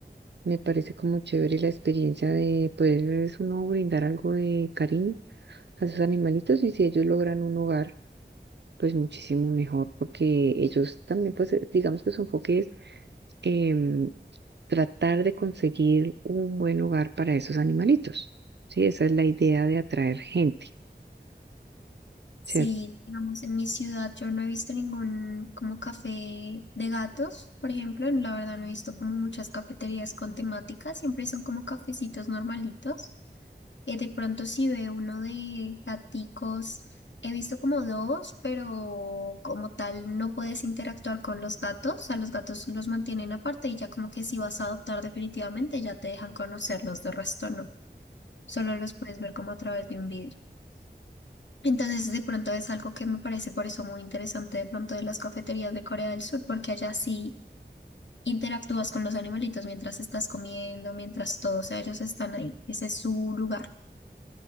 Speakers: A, on the right; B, on the left.
A: me parece como chévere la experiencia de poderles uno brindar algo de cariño a sus animalitos y si ellos logran un hogar, pues muchísimo mejor, porque ellos también, pues eh, digamos que su enfoque es em, tratar de conseguir un buen hogar para esos animalitos. Sí, esa es la idea de atraer gente,
B: Si,
A: ¿cierto?
B: digamos, en mi ciudad yo no he visto ningún como café de gatos, por ejemplo, la verdad no he visto como muchas cafeterías con temática, siempre son como cafecitos normalitos. Eh, de pronto si ve uno de gaticos, he visto como dos, pero como tal no puedes interactuar con los gatos, a los gatos los mantienen aparte y ya como que si vas a adoptar definitivamente ya te dejan conocerlos, de resto no, solo los puedes ver como a través de un vidrio. Entonces de pronto es algo que me parece por eso muy interesante de pronto de las cafeterías de Corea del Sur, porque allá sí interactúas con los animalitos mientras estás comiendo, mientras todo, o sea, ellos están ahí, ese es su lugar.